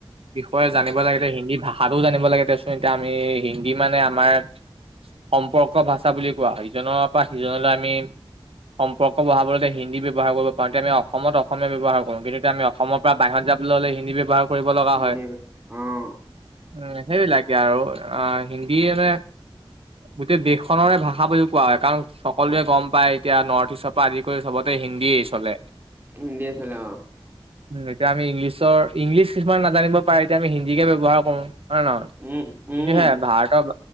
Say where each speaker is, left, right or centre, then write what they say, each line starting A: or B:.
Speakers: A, on the right (about 80°); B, on the right (about 20°).
A: বিষয়ে জানিব লাগে যে হিন্দী ভাষা ভালো জানিব লাগে দেচোন এতিয়া আমি হিন্দী মানে আমাৰ সম্পৰ্ক ভাষা বুলি কোৱা ইজনৰ পৰা সিজনলৈ আমি সম্পৰ্ক বঢ়াবলৈ হিন্দী ব্যৱহাৰ কৰিব পাৰোঁ তেনে আমি অসমত অসমীয়া ব্যৱহাৰ কৰোঁ। সংগীত আমি অসমৰ পৰা বাহিৰত যাবলৈ হ'লে হিন্দী ব্যৱহাৰ কৰিব লগা
B: হিন্দী
A: হয়।
B: অ',
A: উ সেইবিলাকে আৰু অ হিন্দী মানে গোটেই দেশখনেৰে ভাষা বুলি কোৱা হয় কাৰণ সকলোৱে গম পায় এতিয়া নৰ্থ ইষ্টৰ পৰা আদি কৰি চবতে হিন্দী চলে
B: হিন্দীয়ে চলে অ
A: এতিয়া আমি ইংলিছৰ ইংলিছ কিছুমান নাজানিব পাৰে এতিয়া আমি হিন্দীকে ব্যৱহাৰ কৰো হয় নে নহয় কিন্তু
B: উম, উম,
A: সে ভাৰতৰ